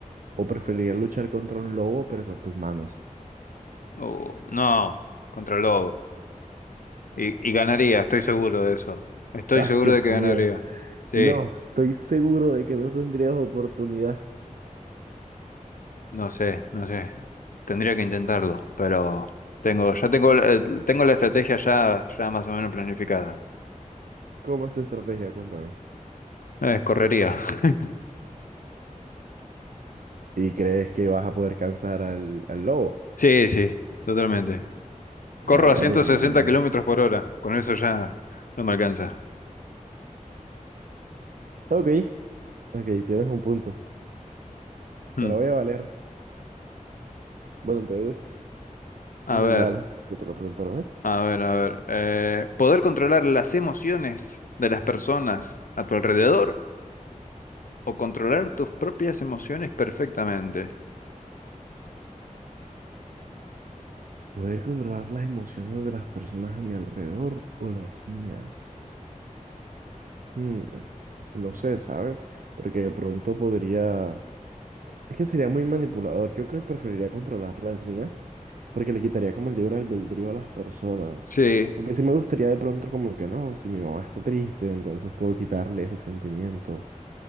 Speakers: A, on the right (about 80°); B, on the left (about 85°).
A: ¿O preferirías luchar contra un lobo pero con tus manos?
B: Uh, no, contra el Lobo. Y, y ganaría, estoy seguro de eso.
A: <laughs>
B: Estoy
A: Ay,
B: seguro
A: Dios
B: de que ganaría.
A: mío.
B: Sí,
A: No, estoy seguro de que no tendrías oportunidad.
B: no sé, no sé. Tendría que intentarlo, pero tengo, ya tengo, eh, tengo la estrategia ya, ya más o menos planificada.
A: ¿Cómo es tu estrategia? Cuéntame.
B: Eh, correría. <laughs>
A: ¿Y crees que vas a poder cansar al, al lobo?
B: Sí, sí, totalmente. Corro
A: Vaya,
B: a 160
A: te tienes.
B: kilómetros por hora. Con eso ya no me alcanza.
A: Ok, ok, tienes un punto.
B: Hmm.
A: Te la voy a valer. Bueno, entonces,
B: A
A: mm,
B: ver,
A: dale, te toca preguntarme.
B: a ver, a ver. Eh, ¿poder controlar las emociones de las personas a tu alrededor o controlar tus propias emociones perfectamente?
A: ¿Poder controlar las emociones de las personas a mi alrededor o las mías? Mm, no sé, ¿sabes? Porque de pronto podría Es que sería muy manipulador. Yo creo que preferiría controlar las mías porque le quitaría como el libre albedrío a las personas.
B: Sí,
A: Aunque sí me gustaría de pronto como que no, si mi mamá está triste, entonces puedo quitarle ese sentimiento